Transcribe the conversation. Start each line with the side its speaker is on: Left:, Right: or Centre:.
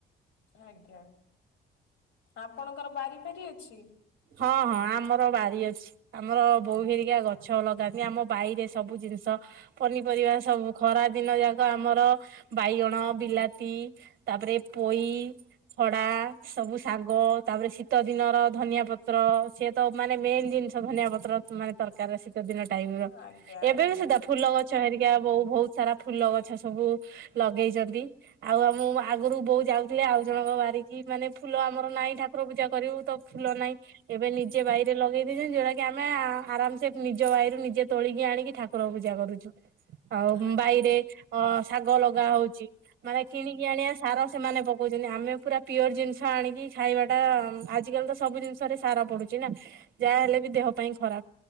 Left: ଆଜ୍ଞା ଆପଣଙ୍କର ବାରି ଫାରି ଅଛି?
Right: ହଁ ହଁ ଆମର ବାଡି ଅଛି ଆମର ବୋଉ ହେରିକା ଗଛ ଲଗାନ୍ତି ଆମ ବାଇରେ ସବୁ ଜିନିଷ ପନିପରିବା ସବୁ ଖରା ଦିନ ଯାକ ଆମର ବାଇଗଣ ବିଲାତି ତାପରେ ପୋଇ ଖଡା ସବୁ ଶାଗ ତାପରେ ଶୀତ ଦିନର ଧନିଆ ପତ୍ର ପତ୍ର ସିଏ ତ ମାନେ ମେନ୍ ଜିନିଷ ଧନିଆ ପତ୍ର ମାନେ ତରକାରିରେ ଦିନ ଟାଇମ ର
Left: ଆଜ୍ଞା
Right: ଏବେ
Left: ଆଜ୍ଞା
Right: ବି ସୁଦ୍ଧା ଫୁଲ ଗଛ ହେରି ଆ ବ ବହୁତ ସାରା ଫୁଲ ଗଛ ସବୁ ଲଗେଇଛନ୍ତି। ଆଉ ଆମୁଁ ମା ଆଗରୁ ବୋଉ ଯାଉଥିଲେ ଆଉ ଜଣଙ୍କ ବାରିକି ମାନେ ଫୁଲ ଆମର ନାହିଁ ଠାକୁର ପୂଜା କରିବୁ ତ ଫୁଲ ନାହିଁ ଏବେ ନିଜେ ବାଇରେ ଲଗେଇ ଦେଇଛନ୍ତି। ଯଉଟା କି ଆମେ ଆରାମସେ ନିଜ ବାଇରୁ ନିଜେ ତୋଳିକି ଆଣିକି ଠାକୁର କୂର ପୂଜା କରୁଛୁ। ଆଉ
Left: ଆଜ୍ଞା
Right: ବାଇରେ ଅ ଶାଗ ଲଗା ହଉଛି ମାନେ କିଣିକି ଆଣିବା ସାର ସେମାନେ ପକଉଛନ୍ତି ଆମେ ପୁରା ପିଓର ଜିନିଷ ଆଣିକି ଖାଇବାଟା ଆଜିକାଲି ତ ସବୁ ଜିନିଷ ସେଥିରେ ସାର ପଡୁଛି ନା ଯାହାହଲେ ବି ଦେହ ପାଇଁ ଖରାପ।